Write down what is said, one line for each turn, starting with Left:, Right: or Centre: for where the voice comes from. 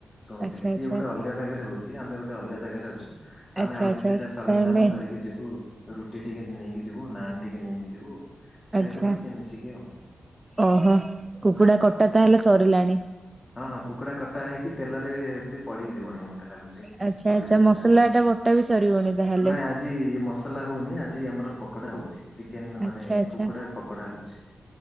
Left: ଶୁଣୁଥିଲି
Right: ଆଚ୍ଛା
Left: ସିଏ
Right: ଆଚ୍ଛା
Left: ଗୋଟେ ଅଲଗା ଜାଗାରେ ହଉଛି ଆମେ ଗୋଟେ ଅଲଗା ଜାଗାରେ ଅଛୁ
Right: ଆଚ୍ଛା
Left: ଆମେ ଆଉ
Right: ଆଚ୍ଛା
Left: କିଛିଟା ସରଞ୍ଜାମ
Right: ତାହେଲେ
Left: ଧରି କି। ଯିବୁ ରୁଟି ଟିକେ ନେଇକି ଯିବୁ ନାନ ଟିକେ ନେଇକି ଯିବୁ ଖାଇଦବୁ
Right: ଆଚ୍ଛା
Left: ଟିକେ ମିଶିକି। ଆଉ
Right: ଓହୋ କୁକୁଡ଼ା କଟା
Left: ହଁ ତ
Right: ତାହେଲେ ସରିଲାଣି।
Left: ହଁ ହଁ କୁକୁଡ଼ା କଟା ହେଇକି ତେଲରେ ବି ପଡିି ଯିବଣି ମତେ ଲାଗୁଛି।
Right: ଆଚ୍ଛା
Left: ଏବେ
Right: ଆଚ୍ଛା
Left: ସୁଦ୍ଧା
Right: ମସଲାଟା
Left: ହଁ।
Right: ବଟା ବି ସରିିବଣିି ତାହେଲେ।
Left: ନାଇଁ ଆଜି ମସଲା ହଉନି ଆଜି ଆମର ପକୋଡା ହଉଛି ଚିକେନ ମାନେ
Right: ଆଚ୍ଛା ଆଚ୍ଛା।
Left: କୁକୁଡ଼ା ପକୋଡା ହଉଛି।